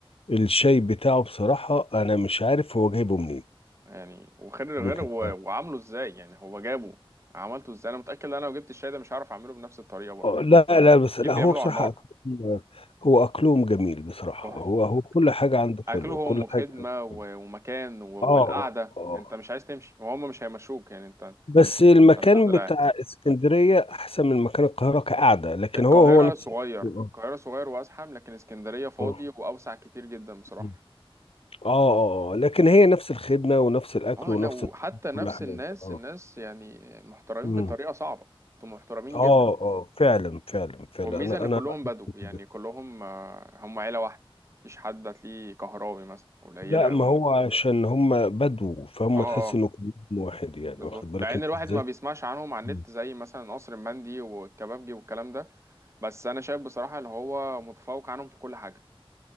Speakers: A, on the left; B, on the right.
A: الشاي بتاعه بصراحة انا مش عارف هو جايبه منين
B: يعني وغير
A: ممكن
B: غير و...
A: اه
B: وعامله إزاي يعني هو جابه عملته إزاي أنا متأكد إن أنا لو جبت الشاي ده مش هعرف أعمله بنفس الطريقة برضه
A: آه، لا لا بس
B: أكيد
A: لا
B: بيعملوا
A: هو بصراحة
B: على النار
A: أكلهم- هو اكلهم جميل بصراحة
B: تحفة
A: هو هو كل
B: أكلهم
A: حاجة عنده حلوة
B: أكلهم
A: كل
B: وخدمة
A: حاجة عنده
B: و...
A: حلوة
B: ومكان و... والقعدة
A: اه اه آه.
B: أنت مش عايز تمشي وهم مش هيمشوك يعني أنت أنت
A: بس المكان
B: هتفضل
A: بتاع
B: قاعد
A: اسكندرية احسن من مكان القاهرة كقعدة لكن
B: القاهرة
A: هو هو نفس
B: صغير
A: الأكل. آه،
B: القاهرة صغير وأزحم لكن اسكندرية فاضي
A: آه،
B: وأوسع كتير جدا بصراحة
A: آه. اه اه آه. لكن هي نفس الخدمة ونفس الأكل
B: اه
A: ونفس
B: نا- وحتى نفس
A: كل حاجة
B: الناس
A: اه
B: الناس يعني محترمين
A: مم.
B: بطريقة صعبة انتوا محترمين
A: اه
B: جدا
A: اه فعلا فعلا فعلا
B: والميزة
A: أنا
B: إن
A: أنا
B: كلهم
A: لاحظت
B: بدو يعني
A: كده
B: كلهم آه، هم عيلة واحدة مفيش حد هتلاقيه كهراوي مثلا قليلة
A: لا ما
B: أوي
A: هو عشان هم بدو فهم
B: اه اه
A: تحس إنه كلهم واحد يعني
B: بالظبط
A: واخد بالك
B: مع إن
A: أنت
B: الواحد
A: إزاي؟
B: ما بيسمعش عنهم على
A: مم.
B: النت زي مثلا قصر المندي والكبابجي والكلام ده بس أنا شايف بصراحة إن هو متفوق عنهم في كل حاجة